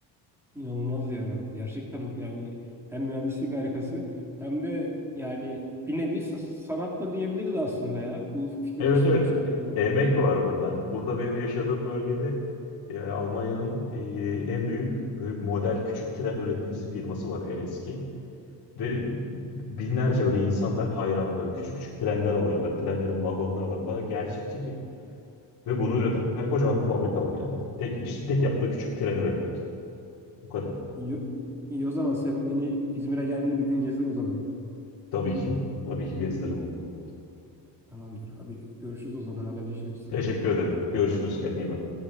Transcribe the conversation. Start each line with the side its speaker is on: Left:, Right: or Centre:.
Centre: İnanılmaz ya. Gerçekten yani hem mühendislik harikası hem de yani bir nevi sa- sanat da diyebiliriz aslında ya bu fikirleştirme
Left: Evet evet.
Centre: sohbetine.
Left: Emek var burada. Burada benim yaşadığım bölgede e, Almanya'nın e, en büyük böyle model küçük tren üreticisi firması var en eski. Ve binlerce böyle insanlar hayranı böyle küçük küçük trenler alıyorlar. Trenlerin vagonları var. O kadar gerçekçi ki. Ve bunu üreten kocaman bir fabrika var yani. Tek, işte tek
Centre: Vay.
Left: yaptığı küçük tren üretmek. Bu kadar.
Centre: İyi, iyi o zaman sen beni İzmir'e geldiğinde bir gün gezdir o zaman.
Left: Tabii ki. Tabii ki gezdiririm. Umut.
Centre: Tamamdır. Hadi görüşürüz o zaman haberleşiriz.
Left: Teşekkür ederim. Görüşürüz. Kendine iyi bak.